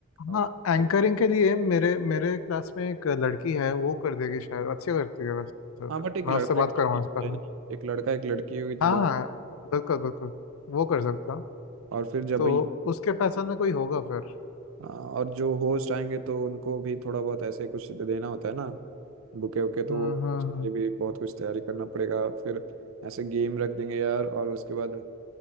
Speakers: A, on the right; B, on the left.
A: अ,
B: हाँ एंकरिंग
A: एक-
B: के लिए मेरे मेरे क्लास में एक लड़की है वो कर देगी शायद अच्छी करती है वैसे
A: हाँ
B: तो।
A: बट एक
B: मैं
A: लड़का
B: उससे बात
A: एक लड़की
B: करूँगा
A: चाहिए
B: इस बारे में
A: ना एक लड़का एक लड़की हुई तो
B: हाँ
A: बहुत
B: बिल्कुल बिल्कुल वो कर सकते हो
A: और फिर जब
B: तो उसके पहचान में कोई होगा फिर
A: हाँ, और जो होस्ट आएंगे तो उनको भी थोड़ा बहुत ऐसे कुछ दे- देना होता है ना बुके वुके तो
B: हम्म
A: वो
B: हम्म
A: ये भी बहुत कुछ तैयारी करना पड़ेगा फिर ऐसे गेम रख देंगे यार और उसके बाद आ,